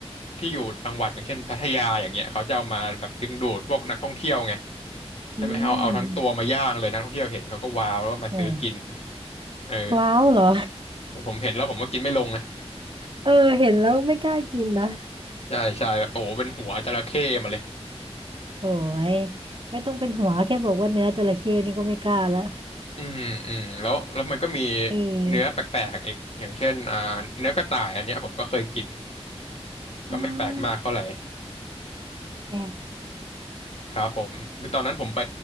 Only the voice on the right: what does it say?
อืมโอ้
ว้าวเหรอ
เออเห็นแล้วไม่กล้ากินนะ
โหยไม่ต้องเป็นหัวแค่บอกว่าเนื้อจระเข้นี่ก็ไม่กล้าละ
เออ
อืมแปลก